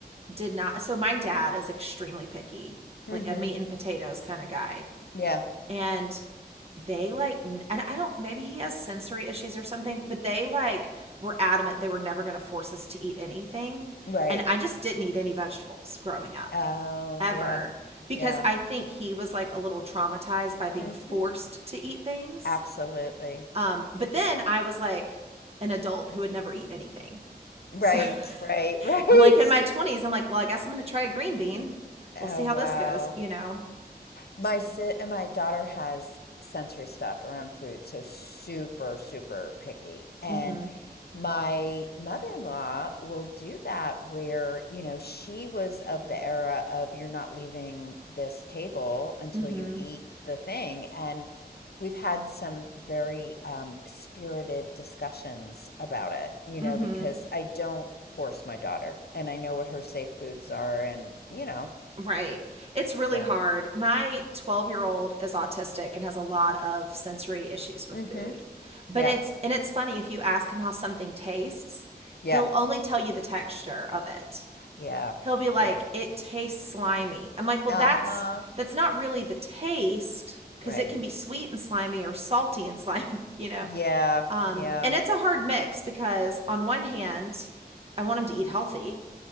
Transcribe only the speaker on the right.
did not. So my dad is extremely picky,
like a meat and potatoes kind of guy.
And they like, and I don't, maybe he has sensory issues or something, but they like were adamant they were never going to force us to eat anything.
And I just didn't eat any vegetables growing up.
ever
because
I think he was like a little traumatized by being
forced to eat things.
Um, but then I was like an adult who had never eaten anything.
So
<laughs>
I'm like in my 20s, I'm like, well, I guess I'm going to try a green bean.
We'll see how
this goes, you know?
So,
mm hmm,
mm hmm,
mm
hmm.
Right. It's really
hard. My 12 year old is autistic and has a lot of sensory issues with
food.
But
it's, and it's funny if you ask him how something tastes, he'll
only tell you the texture of it.
He'll be like,
it tastes slimy. I'm like, well,
that's, that's not really the taste because
it can be sweet and slimy or salty and <laughs> slimy, you know?
Um,
and it's a hard mix because on one hand, I want him to eat healthy.